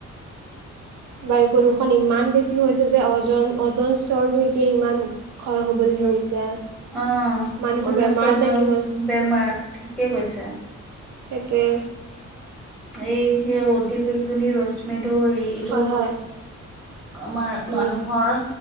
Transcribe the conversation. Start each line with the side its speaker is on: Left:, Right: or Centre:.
Right: বায়ু প্ৰদূষণ ইমান বেছি হৈছে যে জন অজন স্তৰটো এতিয়া ইমান ক্ষয় হ'বলৈ ধৰিছে।
Centre: অঁ, <unintelligible>
Right: মানুহৰ বেমাৰ আজাৰ কিমান
Centre: বেমাৰ ঠিকে কৈছে।
Right: সেইটোৱে।
Centre: এই যে অতি পকণ ৰশ্মিটো এই এইটো
Right: হয় হয়
Centre: আমাৰ
Right: অঁ,
Centre: মানুহৰ